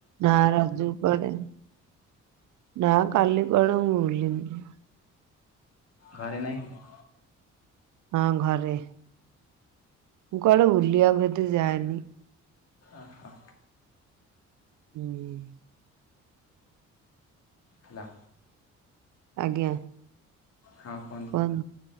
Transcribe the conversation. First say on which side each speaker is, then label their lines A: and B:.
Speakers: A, on the right; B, on the left.
A: ନା ରଜ କୁ କୁଆଡେ, ନା କାଲି କୁଆଡେ ମୁଁ ବୁଲିନି।
B: ଘରେ ନାହିଁ କି?
A: ହଁ ଘରେ। ମୁଁ କୁଆଡେ ବୁଲିବାକୁ ଏତେ ଯାଏନି।
B: ଆ ହ
A: ଉଁ
B: ହେଲା
A: ଆଜ୍ଞା।
B: ହଁ କୁହନ୍ତୁ।
A: <unintelligible>